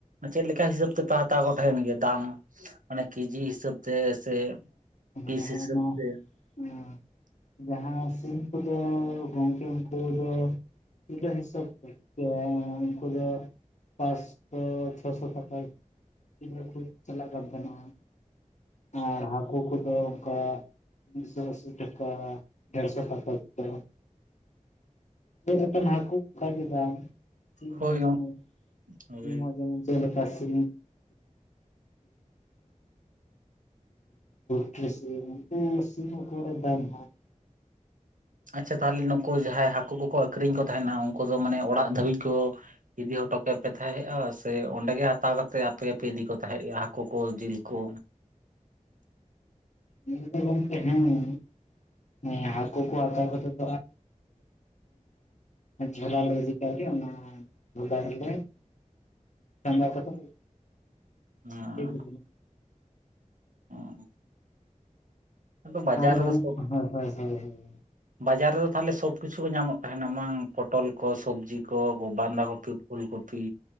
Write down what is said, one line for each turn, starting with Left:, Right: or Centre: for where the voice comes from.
Right: ᱪᱮᱫ ᱞᱮᱠᱟ ᱦᱤᱥᱟᱹᱵ ᱛᱮᱯᱮ ᱦᱟᱛᱟᱣ ᱠᱚ ᱛᱟᱦᱮᱱ ᱜᱮᱭᱟ ᱫᱟᱢ ᱢᱟᱱᱮ ᱠᱤᱡᱤ ᱦᱤᱥᱟᱹᱵ ᱛᱮ ᱥᱮ ᱯᱤᱥ
Left: ᱦᱮᱸ ᱦᱮᱸ
Right: ᱦᱤᱥᱟᱹᱵ
Left: ᱢᱟ
Right: ᱛᱮ?
Left: <unintelligible> ᱡᱟᱦᱟᱸ ᱥᱤᱢ ᱠᱚᱫᱚ ᱜᱚᱝᱠᱮ ᱩᱱᱠᱩ ᱫᱚ ᱠᱤᱞᱳ ᱦᱤᱥᱟᱹᱵ᱾ <unintelligible> ᱩᱝᱠᱩ ᱫᱚ ᱯᱟᱸᱥᱚ ᱪᱷᱚᱥᱚ ᱴᱟᱠᱟ᱾ ᱠᱤᱞᱚ ᱠᱚ ᱪᱟᱞᱟᱜ ᱠᱟᱱ ᱛᱟᱦᱮᱱᱚᱜᱼᱟ᱾ ᱟᱨ ᱦᱟᱹᱠᱳ ᱠᱚᱫᱚ ᱚᱝᱠᱟ ᱢᱤᱫᱥᱚ ᱟᱹᱥᱤ ᱴᱟᱠᱟ᱾ ᱰᱮᱲ ᱥᱚ ᱴᱟᱠᱟ ᱠᱤᱞᱳ᱾ ᱪᱮᱜ ᱞᱮᱠᱟᱱ ᱦᱟᱹᱠᱳ ᱚᱝᱠᱟ ᱜᱮ ᱫᱟᱢ᱾ ᱥᱤᱢ
Right: ᱦᱳᱭ
Left: ᱦᱚᱸ ᱡᱮᱢᱚᱱ
Right: ᱦᱳᱭ
Left: ᱥᱤᱢ ᱦᱚᱸ ᱡᱮᱢᱚᱱ ᱪᱮᱜ ᱞᱮᱠᱟ ᱥᱤᱢ <inaudible> ᱠᱨᱤᱥᱤ ᱱᱩᱝᱠᱩ ᱥᱤᱢ ᱠᱚᱨᱮ ᱫᱟᱱ ᱦᱟᱸᱜ᱾
Right: ᱟᱪᱪᱷᱟ ᱛᱟᱦᱚᱞᱮ ᱱᱩᱠᱩ ᱡᱟᱦᱟᱸᱭ ᱦᱟᱹᱠᱳ ᱠᱚᱠᱚ ᱟᱹᱠᱷᱨᱤᱧ ᱠᱚ ᱛᱟᱦᱮᱱᱟ ᱩᱱᱠᱩ ᱫᱚ ᱢᱟᱱᱮ ᱚᱲᱟᱜ ᱫᱷᱟᱹᱵᱤᱡ ᱠᱚ ᱤᱫᱤ ᱦᱚᱴᱚ ᱠᱟᱜᱸ ᱯᱮ ᱛᱟᱦᱮᱸᱜᱼᱟ ᱥᱮ ᱚᱸᱰᱮ ᱜᱮ ᱦᱟᱛᱟᱣ ᱠᱟᱛᱮ ᱟᱯᱮ ᱜᱮᱯᱮ ᱤᱫᱤ ᱠᱚ ᱛᱟᱦᱮᱸᱜᱼᱟ ᱦᱟᱠᱩ ᱠᱚ ᱡᱤᱞ ᱠᱚ?
Left: <unintelligible> ᱦᱮᱸ ᱦᱮᱸ ᱦᱟᱠᱳ ᱠᱚ ᱦᱟᱛᱟᱣ ᱠᱚᱛᱮ <inaudible> ᱡᱷᱚᱞᱟ ᱞᱮ ᱤᱫᱤ ᱠᱟᱜ ᱜᱮ ᱚᱱᱟ ᱡᱷᱚᱞᱟ ᱨᱮᱞᱮ ᱴᱟᱸᱜᱟ ᱠᱚ ᱛᱟᱞᱮ
Right: ᱦᱩᱸ
Left: <inaudible>
Right: ᱦᱩᱸ ᱟᱫᱚ ᱵᱟᱡᱟᱨ
Left: ᱟᱨᱵᱚᱝ
Right: ᱨᱮᱫᱚ ᱥᱚᱵ
Left: ᱦᱚᱭ ᱦᱚᱭ ᱦᱚᱭ <unintelligible>
Right: ᱵᱟᱡᱟᱨ ᱨᱮᱫᱚ ᱛᱟᱦᱚᱞᱮ ᱥᱚᱵ ᱠᱤᱪᱷᱩ ᱠᱚ ᱧᱟᱢᱚᱜ ᱛᱟᱦᱮᱱᱟ ᱵᱟᱝ, ᱯᱚᱴᱚᱞ ᱠᱚ ᱥᱚᱵᱽᱡᱤ ᱠᱚ ᱵᱟᱸᱫᱟᱷᱟ ᱠᱚᱯᱤ ᱯᱷᱩᱞᱠᱚᱯᱤ,